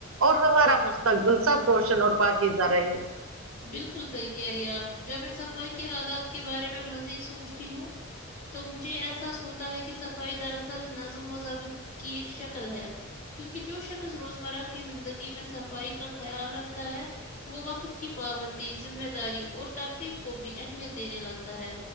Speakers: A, on the right (about 85°); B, on the left (about 35°).
A: اور ہمارا مس ت گلسب روشن اور پاکیزا رہے
B: بالکل صحیح کہہ رہی ہیں آپ جب میں صفائی کے آداب کے بارے میں مزید سوچتی ہوں تو مجھے یہ احساس ہوتا ہے کہ صفائی دراصل نظم و ضبط کی ایک شکل ہے کیونکہ جو شکل روزمرہ کی زندگی میں صفائی کا خیال رکھ تا ہے وہ وقت کی پابندی ذمہ داری اور ترتیب کو بھی اہمیت دینے لگتا ہے